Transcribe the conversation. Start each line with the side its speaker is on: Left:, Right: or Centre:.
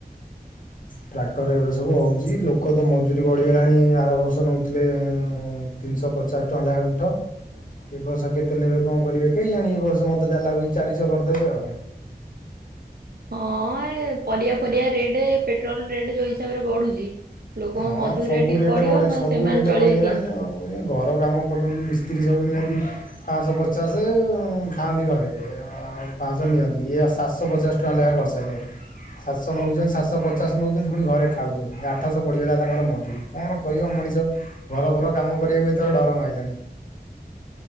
Left: ଟ୍ରାକ୍ଟର ଏବେ ସବୁ ହଉଛି ଲୋକ ତ ମଜୁୁରୀ ବଢିଗଲାଣି ଆର ବର୍ଷ ନଉଥିଲେ ଉଁ ତିନିଶହ ପଚଶଙ୍କା ନାଖେ ଗୁଣ୍ଠ।
Right: ହଁ।
Left: ଏ ବର୍ଷ କେତେ ନେବେ କଣ କରିବେ କେଇଜାଣି ଏ ବର୍ଷ ମତେ ଯାହା ଲାଗୁଛି ଚାରିଶହ କରିଦେବେ ଆଉ।
Right: ହଁ ଏ ପରିବା ପରିବା ରେଟ୍ ପେଟ୍ରୋଲ ରେଟ୍ ଯୋଉ ହିସାବରେ ବଢୁଛି। ଲୋକଙ୍କ
Left: ହଁ
Right: ମଜୁରୀରେ
Left: ସବୁ
Right: ଟିକେ
Left: ରେଟ
Right: ପଡିବ
Left: ବଢିଛି
Right: ନହେଲେ
Left: ସବୁ
Right: ସେମାନେ
Left: ରେଟ
Right: ଚଳିବେ
Left: ବଢିଗଲାଣି
Right: କେମିତି?
Left: ଆଉ। ଘର କାମ କରୁଛନ୍ତି ମିସ୍ତ୍ରୀ ସବୁ ନିଅନ୍ତି। ପାଞ୍ଚଶହ ପଚାଶ ଖାଆନ୍ତି ଘରେ। ଆଉ ପାଞ୍ଚହ ନିଅନ୍ତି ଇଏ ସାତଶହ ପଚାଶ ଟଙ୍କା ଲେଖା କରିସାରିଲେଣି। ସାତଶହ ନେଉଛନ୍ତି ସାତଶହ ପଚାଶ ନେଉଛନ୍ତି ପୁଣି ଘରେ ଖାଉଛନ୍ତି ଆଠଶହ ପଡ଼ିଗଲା। ତାଙ୍କର ମଜୁରୀ କଣ କରିବ ମଣିଷ ଘର ଭର କାମ କରିବାକୁ ଏତେବେଳେ ଡର ମାଇଲାଣି।